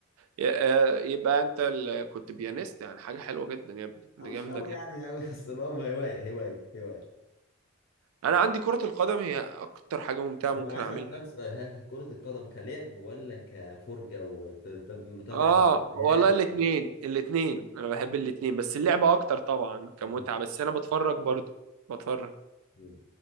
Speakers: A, on the right; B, on the left.
A: ي- آه، يبقى انت ال... كنت بيانيست يعني حاجه حلوه جدا يا ابني دي
B: اه
A: جامده
B: مش قوي
A: جدا
B: يعني قوي <laughs> بس اللي هو هوايه هوايه هوايه
A: انا عندي كره القدم هي اكتر حاجه ممتعه ممكن
B: طب انا عايز
A: اعملها
B: اسالك سؤال ها كرة القدم كلعب ولا كفرجة ومتابعة
A: اه
B: الدوريات
A: والله الاثنين الاثنين انا بحب الاثنين بس اللعبه اكتر طبعا كمتعه
B: م-
A: بس انا بتفرج برضو بتفرج
B: م.